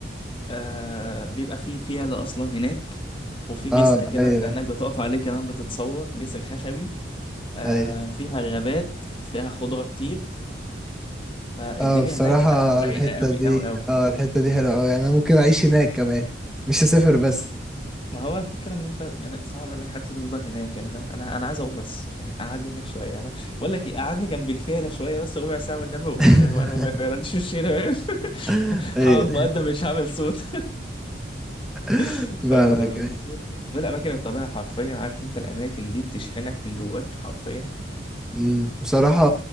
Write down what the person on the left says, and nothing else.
آه بيبقى فيه فيلة أصلا هناك وفي جسر
كده
أنت هناك بتقف عليه كمان بتتصور جسر خشبي آه
فيها غابات فيها خضرة كتير فالدنيا
هناك لا رايقة
أوي
أوي أوي
ما هو الفكرة إن أنت يعني صعب إنك حتى تفضل هناك يعني فاهم أنا أنا عايز أروح بس يعني قعدني هناك شوية أنا بقول لك إيه قعدني جنب الفيلة شوية بس ربع ساعة والنبي وأروح
<laughs> أنا أنا واقف يعني مش مش هنا واقف.
<laughs>
هقعد مقدم مش هعمل صوت
<laughs> فبالنسبة
لي بالنسبة لي أماكن الطبيعة حرفيا عارف أنت الأماكن دي بتشحنك من جواك حرفيا